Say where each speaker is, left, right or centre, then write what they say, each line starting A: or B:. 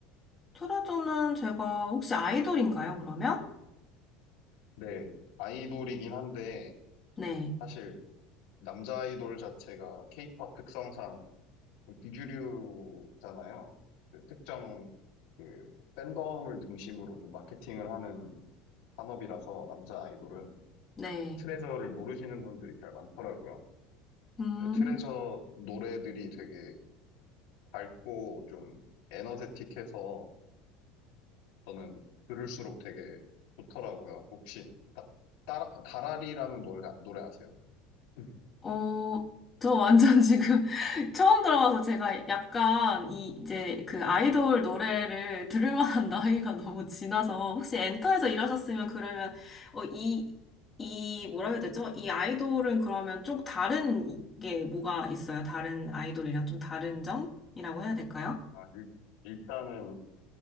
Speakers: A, on the left; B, on the left.
A: 트레저는 제가 혹시 아이돌인가요, 그러면?
B: 네, 아이돌이긴 한데
A: 네.
B: 사실 남자 아이돌 자체가 케이팝 특성상 좀 비주류잖아요. 그 특정 그 팬덤을 중심으로 좀 마케팅을 하는 산업이라서 남자 아이돌은
A: 네.
B: 트레저를 모르시는 분들이 잘 많더라고요.
A: 음.
B: 네, 트레저 노래들이 되게 밝고 좀 에너제틱해서 저는 들을수록 되게 좋더라고요. 혹시 다, 따라, 다라리라는 노래, 노래 아세요? 음.
A: 어, 저 완전 지금 <laughs> 처음 들어와서 제가 약간 이 이제 그 아이돌 노래를 들을 만한 <laughs> 나이가 너무 지나서 혹시 엔터에서 일하셨으면 그러면 어, 이, 이 뭐라 해야 되죠? 이 아이돌은 그러면 좀 다른 게 뭐가 있어요? 다른 아이돌이랑 좀 다른 점이라고 해야 될까요?
B: 아, 일, 일단은